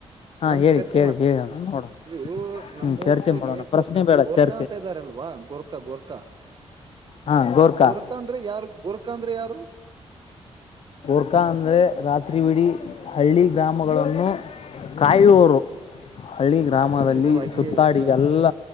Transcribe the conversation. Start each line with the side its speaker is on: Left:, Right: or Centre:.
Left: ಹಾ
Right: ಒಂದು
Left: ಹೇಳಿ
Right: ಚರ್ಚೆ
Left: ಕೇಳಿ
Right: ಮಾಡ್
Left: ಹೇಳೋಣ ನೋಡೋಣ
Right: ನೀವು
Left: ಹ್ಮ್
Right: ನಮ್ಮೂರ್
Left: ಚರ್ಚೆ
Right: ಕಡೆಗ್
Left: ಮಾಡೋಣ
Right: ಗೆ
Left: ಪ್ರಶ್ನೆ
Right: ಗೋರ್ಕಾ
Left: ಬೇಡ
Right: ಗೋರ್ಕಾ
Left: ಚರ್ಚೆ
Right: ಅಂತ ಇದ್ದಾರಲ್ವಾ ಗೋರ್ಕಾ ಗೋರ್ಕಾ
Left: ಹಾ ಗೋರ್ಖಾ
Right: ಗುರ್ಕ ಅಂದ್ರೆ ಯಾರು ಗುರ್ಕಾ ಅಂದ್ರೆ ಯಾರು
Left: ಗುರ್ಕಾ ಅಂದ್ರೆ ರಾತ್ರಿವಿಡಿ ಹಳ್ಳಿ ಗ್ರಾಮಗಳನ್ನು ಕಾಯುವೊರು ಹಳ್ಳಿ ಗ್ರಾಮದಲ್ಲಿ
Right: ಸುರಕ್ಷಿತವಾಗಿ
Left: ಸುತ್ತಾಡಿ
Right: ಸುರ
Left: ಎಲ್ಲ